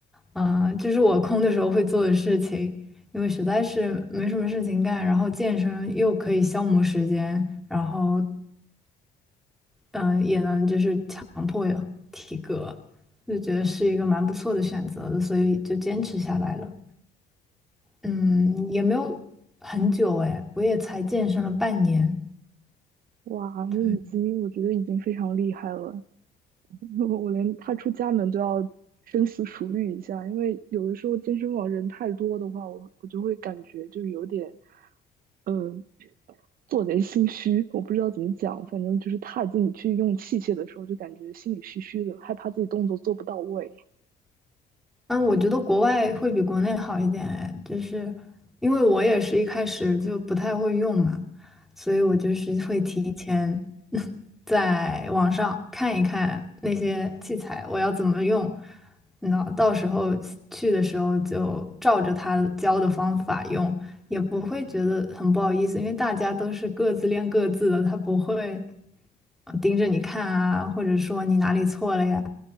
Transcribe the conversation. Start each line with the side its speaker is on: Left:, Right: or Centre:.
Centre: 啊、就是我空的时候会做的事情。因为实在是没什么事情干，然后健身又可以消磨时间，然后嗯、呃也能就是强迫有体格，就觉得是一个蛮不错的选择的，所以就坚持下来了。嗯，也没有很久哎，我也才健身了半年，
Right: 哇，
Centre: 对，
Right: 那已经我觉得已经非常厉害了。<laughs> 我连踏出家门都要深思熟虑一下，因为有的时候健身房人太多的话，我我就会感觉就是有点，呃，做贼心虚。我不知道怎么讲，反正就是踏进去用器械的时候，就感觉心里虚虚的，害怕自己动作做不到位。
Centre: 嗯，我觉得国外会比国内好一点哎，就是因为我也是一开始就不太会用嘛，所以我就是会提前 <laughs> 在网上看一看那些器材我要怎么用，那到时候去的时候就照着他教的方法用，也不会觉得很不好意思，因为大家都是各自练各自的，他不会呃盯着你看啊，或者说你哪里错了呀，